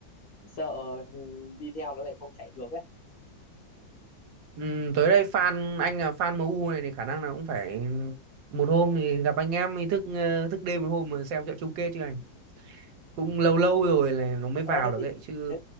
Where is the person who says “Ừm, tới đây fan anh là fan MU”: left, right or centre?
Right